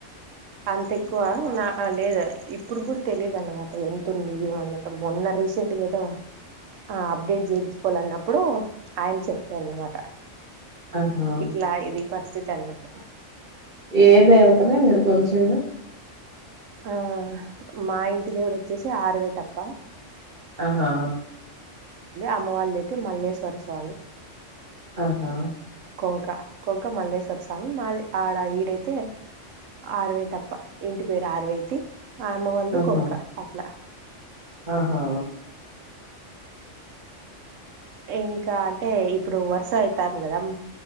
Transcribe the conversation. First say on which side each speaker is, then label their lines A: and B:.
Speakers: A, on the right; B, on the right.
A: అంత ఎక్కువ నా లేదా ఇప్పుడు కూడా తెలిదు అన్నమాట ఎంతుంది ఏమన్నట మొన్నర రీసెంట్కి దా ఆ అప్డేట్ చేయించుకోవాలన్నప్పుడు ఆయన చెప్పాడు అన్నమాట
B: ఆహా
A: ఇట్లా ఇది పరిస్థితి అన్నట్టు
B: ఏ దేవతన మీరు కొల్చేది
A: ఆ మా ఇంటి దేవుడు వచ్చేసి ఆరవేటప్ప
B: ఆహా
A: అమ్మ వాళ్ళదైతే మల్లేశ్వర స్వామి
B: ఆహా
A: కొంక కొంక మల్లేశ్వర స్వామి మాది ఆడ ఈడైతే ఆరవేటప్ప ఇంటి పేరు ఆరవేటి ఆమ్మ వాల్ది
B: ఆహా
A: కొంక అట్లా
B: ఆహా
A: ఇంకా అంటే ఇప్పుడు వర్ సైతాం కదా